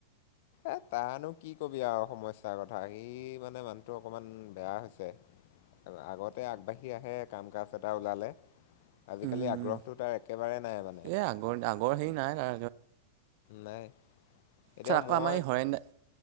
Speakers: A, on the left (about 55°); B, on the right (about 55°).
A: এ, তানো কি কবি আৰু সমস্যাৰ কথা সি মানে মানুহটো অকণমান বেয়া হৈছে। আগতে আগবাঢ়ি আহে, কাম কাজ এটা ওলালে। আজিকালি
B: উম,
A: আগ্ৰহটো তাৰ একেবাৰে নাই মানে।
B: এই আগৰ আগৰ হেৰি নাই তাৰ
A: নাই। এতিয়া
B: ছা, আকৌ
A: মই
B: আমাৰ হয় নাই।